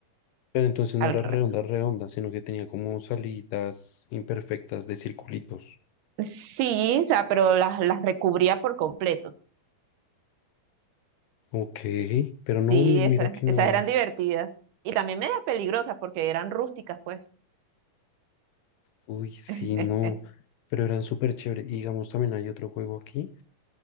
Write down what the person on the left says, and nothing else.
Pero entonces
no era redonda, redonda, sino que tenía como salidas imperfectas de circulitos.
Ok, pero no,
mi-
mira que no.
Uy, sí,
no. Pero eran súper chéveres. Y digamos, también hay otro juego aquí